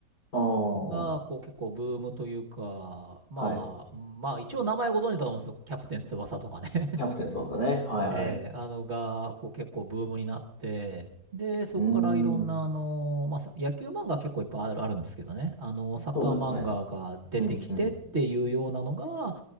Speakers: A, on the left; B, on the right.
A: ああ、
B: ーが、
A: は
B: こう、結構ブームというか、まあ、
A: い。
B: まあ、一応名前ご存知だと思うんですよ。キャプテン翼とかね。
A: キャプテン翼ね。はい、
B: えー、
A: はい。
B: あのが、こう結構ブームになって、で、そこからいろんな、
A: うーん、
B: あの、まあ、さ野球漫画結構いっぱいある、あるんですけどね、あの、サッカー漫画が出てきてっていうようなのが、
A: そうですね。うん、うん。